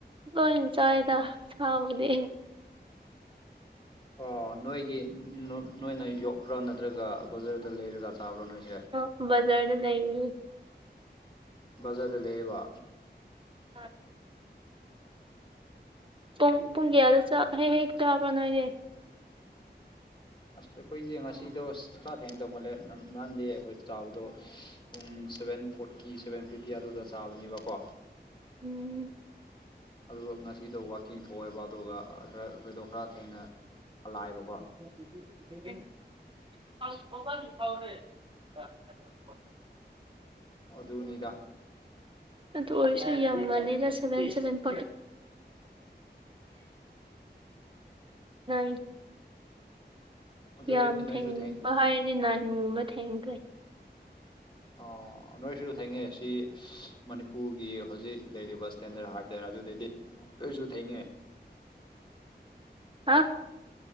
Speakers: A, on the right; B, on the left.
A: ꯂꯣꯏ ꯆꯥꯏꯗ ꯁꯥꯕꯨꯗꯤ
B: ꯑꯣ ꯅꯣꯏꯒꯤ ꯅꯣ ꯅꯣꯏꯅ ꯌꯣꯛꯄ꯭ꯔꯥ ꯅꯠꯇ꯭ꯔꯒ ꯕꯖꯥꯔꯗ ꯂꯩꯔꯒ ꯆꯥꯕ꯭ꯔꯥ ꯅꯣꯏꯁꯦ
A: ꯑ ꯕꯥꯖꯔ ꯗꯥ ꯂꯩꯏ
B: ꯕꯖꯥꯔꯗ ꯂꯩꯌꯦꯕ
A: ꯑꯥ ꯄꯨꯡ ꯄꯨꯡ ꯀꯌꯥꯗ ꯆꯥꯛ ꯍꯦꯛ ꯍꯦꯛ ꯆꯥꯕ꯭ꯔꯥ ꯅꯣꯏꯗꯤ
B: ꯑꯁ ꯑꯩꯈꯣꯏꯁꯦ ꯉꯁꯤꯗꯣ ꯈꯔ ꯊꯦꯡ ꯇꯧꯃꯜꯂꯦ ꯅ ꯅꯍꯥꯟꯗꯤ ꯑꯩꯈꯣꯏ ꯆꯥꯕꯗꯣ ꯄꯨꯡ ꯁꯚꯦꯟ ꯐꯣꯔꯇꯤ ꯁꯚꯦꯟ ꯐꯤꯞꯇꯤ ꯑꯗꯨꯗ ꯆꯥꯕꯅꯦꯕꯀꯣ
A: ꯎꯝ
B: ꯑꯗꯨꯒ ꯉꯁꯤꯗꯣ ꯋꯥꯛꯀꯤꯡ ꯊꯣꯛꯑꯦꯕ ꯑꯗꯨꯒ ꯑ ꯈꯔ ꯑꯩꯈꯣꯏꯗꯣ ꯈꯔ ꯊꯦꯡꯅ ꯍꯜꯂꯛꯑꯦꯕꯀꯣ
A: <unintelligible>
B: ꯑꯗꯨꯅꯤꯗꯥ
A: ꯑꯗꯨ ꯑꯣꯏꯔꯁꯨ ꯌꯥꯝ ꯃꯥꯂꯦꯗ ꯁꯚꯦꯟ ꯁꯚꯦꯟ <unintelligible> <unintelligible> <unintelligible>
B: ꯑꯗꯨꯗꯤ
A: ꯌꯥꯝ
B: ꯅꯣꯏꯁꯨ
A: ꯊꯦꯡꯕ
B: ꯊꯦꯡꯅꯤꯅꯦ
A: ꯍꯥꯏꯔꯗꯤ ꯅꯥꯏꯟꯒꯨꯝꯕ ꯊꯦꯡꯒ꯭ꯔꯦ
B: ꯑꯣ ꯅꯣꯏꯁꯨ ꯊꯦꯡꯉꯦ ꯁꯤ ꯃꯅꯤꯄꯨꯔꯒꯤ ꯍꯧꯖꯤꯛ ꯂꯩꯔꯤꯕ ꯏꯁ꯭ꯇꯦꯟꯗꯔꯠ ꯍꯥꯏꯕ ꯇꯦꯔ ꯑꯗꯨꯗꯩꯗꯤ ꯑꯩꯁꯨ ꯊꯦꯡꯉꯦ
A: ꯍꯥ